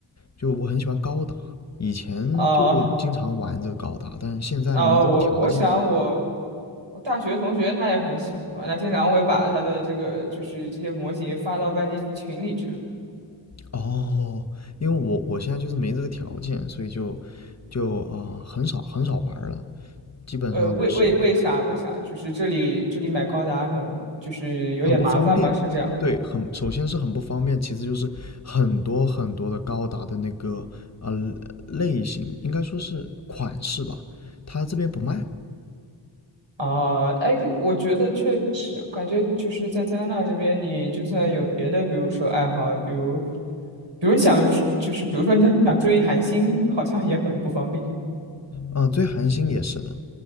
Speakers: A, on the left (about 35°); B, on the right (about 60°).
A: 就我很喜欢高达，以前就经常玩这个高达，
B: 啊
A: 但现在没这个条件。
B: 啊，我我想我我大学同学他也很喜欢，他经常会把他的这个就是这些模型发到班级群里这样
A: 哦，因为我我现在就是没这个条件，所以就就啊、呃很少很少玩儿了，基本上就是
B: 呃，为为为啥为啥？就是这里这里买高达很就是有点麻烦吗？
A: 很不方便。
B: 是这样
A: 对，很首先是很不方便，其次就是很多很多的高达的那个呃类型，应该说是款式吧，它这边不卖。
B: 啊？哎，我觉得确实感觉就是在加拿大这边，你就算有别的，比如说爱好，比如比如你想就是比如说你想追韩星，好像也很不方便。
A: 啊、最寒星也是的。